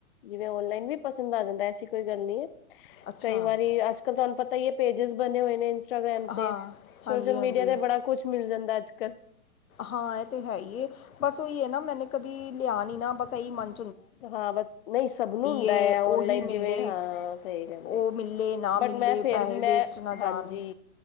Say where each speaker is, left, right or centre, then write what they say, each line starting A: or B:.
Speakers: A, on the left (about 40°); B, on the left (about 70°).
A: ਜਿਵੇਂ ਔਨਲਾਈਨ ਵੀ ਪਸੰਦ ਆ ਜਾਂਦਾ, ਐਸੀ ਕੋਈ ਗੱਲ ਨਹੀਂ ਐ,
B: ਅੱਛਾ
A: ਕਈ ਵਾਰੀ ਆਸ ਤੁਹਾਨੂੰ ਪਤਾ ਈ ਏ ਪੇਜਸ ਬਣੇ ਹੋਏ ਨੇ, ਇੰਸਟਾਗ੍ਰਾਮ
B: ਹਾਂ,
A: ਤੇ
B: ਹਾਂਜੀ-ਹਾਂਜੀ।
A: ਸੋਸ਼ਲ ਮੀਡੀਆ ਤੇ ਬੜਾ ਕੁਛ ਮਿਲ ਜਾਂਦਾ ਅੱਜ- ਕੱਲ੍ਹ
B: ਹਾਂ, ਇਹ ਤੇ ਹੈ ਏ ਬਸ ਉਹੀ ਐ ਨਾ, ਮੈਨੇ ਕਦੀ ਲਿਆ ਨੀ ਨਾ ਬਸ ਇਹੀ ਮੰਨ
A: ਹਾਂ, ਬਸ ਨਹੀਂ ਸਭ ਨੂੰ ਹੁੰਦਾ
B: ਏ
A: ਆ
B: ਉਹੀ
A: ਓਨਲਾਈਨ
B: ਮਿਲੇ
A: ਜਿਵੇਂ ਹਾਂ ਸਹੀ ਕਿਹਾ।
B: ਉਹ ਮਿਲੇ ਨਾ
A: ਬਟ
B: ਮਿਲੇ
A: ਮੈਂ ਫੇਰ
B: ਪੈਸੇ
A: ਵੀ
B: ਵੇਸਟ
A: ਮੈਂ
B: ਨਾ ਜਾਣ
A: ਹਾਂਜੀ।